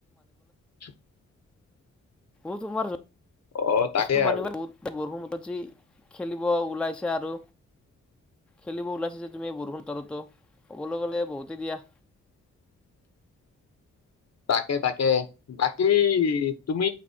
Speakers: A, on the left (about 50°); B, in the centre.
A: <unintelligible>
B: অ'তোমাৰ
A: অ তাকে
B: বস্তু মানিব
A: আৰু
B: বৰষুণ বতৰ যে যি খেলিব ওলাইছে আৰু খেলিব ওলাইছে যে তুমি বৰষুণ বতৰতো ক'বলৈ গ'লে বহুতেই দিয়া
A: তাকে তাকে। বাকী তুমি